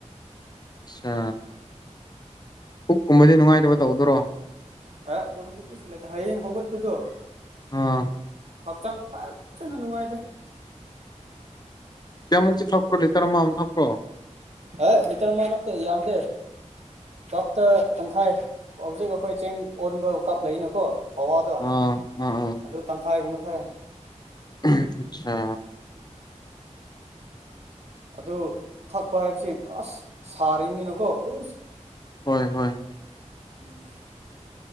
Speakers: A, on the left; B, on the right.
A: ꯑ ꯄꯨꯛ ꯀꯨꯝꯕꯗꯤ ꯅꯨꯡꯉꯥꯏꯇꯕ ꯇꯧꯗ꯭ꯔꯣ
B: ꯑ ꯑꯗꯨꯗ ꯀꯩꯁꯨ ꯂꯩꯦꯦ ꯍꯌꯦꯡ ꯍꯒꯠ ꯇꯨꯗꯣ
A: ꯑꯥ
B: ꯍꯛꯆꯥꯡ ꯐꯖꯅ ꯅꯨꯡꯉꯥꯏꯗ
A: ꯀꯌꯥꯃꯨꯛꯛꯇꯤ ꯊꯛꯄ꯭ꯔꯣ ꯂꯤꯇꯔ ꯑꯃꯃꯨꯛ ꯊꯛꯄ꯭ꯔꯣ
B: ꯍ ꯃꯤꯇꯔ ꯃꯥ ꯅꯛꯇꯦ ꯌꯥꯝꯗꯦ ꯀꯞꯇ ꯇꯪꯈꯥꯏ ꯍꯧꯖꯤꯛ ꯑꯩꯈꯣꯏ ꯆꯦꯡ ꯑꯣꯟꯕ ꯀꯞ ꯂꯩꯅꯀꯣ ꯄꯋꯥꯗꯣ
A: ꯑꯥ ꯑꯥ
B: ꯑꯗꯨ ꯇꯪꯈꯥꯏꯒ ꯃꯊꯥꯏ
A: ꯑꯆꯥ
B: ꯑꯗꯨ ꯊꯛꯄ ꯍꯥꯏꯕꯁꯤ ꯄꯨꯔꯥ ꯁꯥꯔꯤꯅꯤꯅꯀꯣ ꯑ
A: ꯍꯣꯏ ꯍꯣꯏ
B: ꯎꯝ